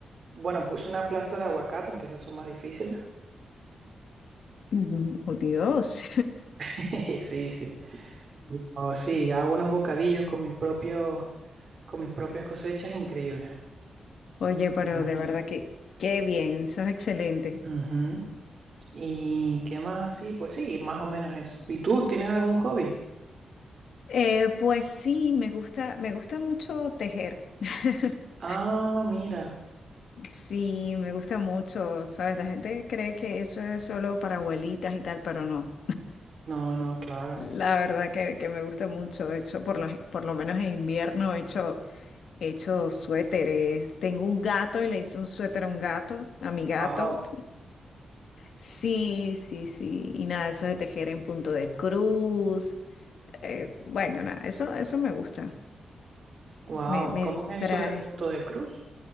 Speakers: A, on the right; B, on the left.
A: Bueno, puse una planta de aguacate, aunque esas son más difíciles.
B: Mm, Oh, Dios.
A: <laughs> Sí, sí. Oh, sí, hago unos bocadillos con mis propios, con mis propias cosechas, increíbles.
B: <laughs> Oye, pero
A: Imagínate.
B: de verdad que qué bien, sos excelente.
A: Ujú. ¿Y qué más así? Pues sí, más o menos eso. ¿Y tú tienes algún hobby?
B: Eh, pues sí, me gusta, me gusta mucho tejer. <laughs>
A: Ah, mira.
B: Sí, me gusta mucho, ¿sabes? La gente cree que eso es solo para abuelitas y tal, pero no.
A: No, no, claro.
B: La verdad que, que me gusta mucho. He hecho, por lo, por lo menos en invierno, he hecho, he hecho suéteres. Tengo un gato y le hice un suéter a un gato, a mi gato.
A: Wow.
B: Sí, sí, sí. Y nada, eso de tejer en punto de cruz. Eh, bueno, nada, eso, eso me gusta.
A: Wow.
B: Me, me
A: ¿Cómo
B: distrae.
A: es eso de punto de cruz?